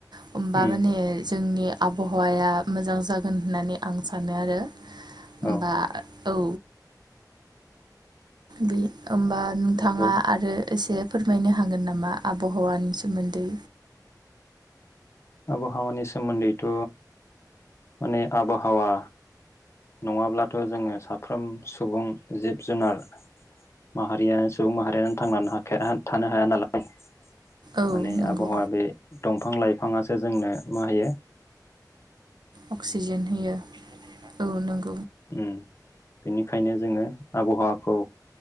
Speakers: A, on the right; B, on the left.
A: होमबा
B: उम
A: माने जोंनि आबहावाया मोजां जागोन होननानै आं सानो आरो।
B: औ
A: बा औ। बि होमबा नोंथाङा
B: नंगौ
A: आरो एसे फोरमायनो हागोन नामा आबहावानि सोमोन्दै।
B: आबहावानि सोमोन्दैथ' माने आबहावा नङाब्लाथ' जोङो साफ्रोम सुबुं जिब जुनार माहारियानो सुबुं माहारियानो थांनो हाया थानो हाया नालाय।
A: औ
B: माने
A: नंगौ
B: आबहावा बे दंफां लाइफाङासो जोंनो मा होयो?
A: अक्सिजेन होयो औ नोंगौ।
B: उम बेनिखायनो जोङो आबहावाखौ